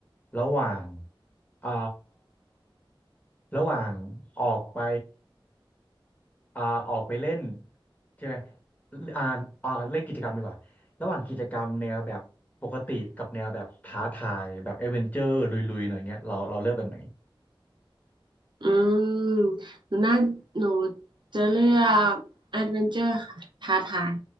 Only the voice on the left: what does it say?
ระหว่างอ่าระหว่างออกไปอ่าออกไปเล่นใช่ไหมอ่าอ่าเล่นกิจกรรมดีกว่า ระหว่างกิจกรรมแนวแบบปกติกับแนวแบบท้าทายแบบเอดเวนเจอร์ลุยๆ หน่อยเงี้ยเราเราเลือกแบบไหน